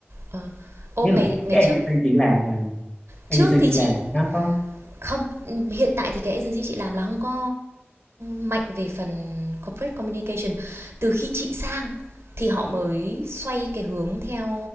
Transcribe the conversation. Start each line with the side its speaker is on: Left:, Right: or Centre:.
Right: ờ à, à. ô
Left: nghĩa
Right: ngày
Left: là
Right: ngày
Left: cái
Right: trước
Left: agency chị làm là agency
Right: trước thì
Left: chị
Right: chị
Left: làm thì nó có
Right: Không, hiện tại thì cái agency chị làm là không có mạnh về phần corporate communication. Từ khi chị sang thì họ mới xoay cái hướng theo